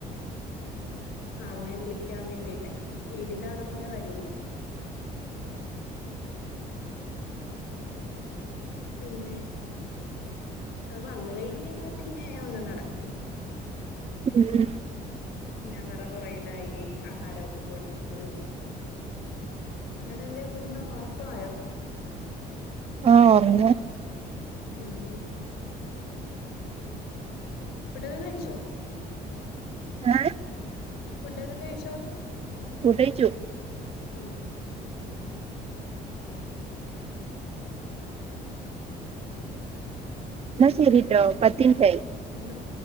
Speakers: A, on the left; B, on the right.
A: ആളിനെ വിളിക്കാൻ വേണ്ടിട്ടെ വീടിന്റെ അവിടം വരെ വരൂല പിന്നെ അത് വന്ന് കഴിഞ്ഞയ്ഞാ പിന്നെ ഒന്നും നടക്കൂല്ല.
B: ഉം ഉം
A: പിന്നെ അവറ പുറയിലായി ആഹാര ഒക്കെ കൊടുത്ത് എവിടെ എന്തേ കുഞ്ഞ് ഒറക്ക ആയോ
B: ആഹ് ഒർങ്ങ
A: ഉം ഉം ഫുഡൊക്കെ കഴിച്ചോ?
B: ഏഹ്
A: ഫുഡൊക്കെ കഴിച്ചോന്ന്
B: ഫുഡയിച്ചു
A: ഉം
B: എന്നാ ശരിട്ടോ പത്ത് മിൻറ്റായി
A: എന്തോ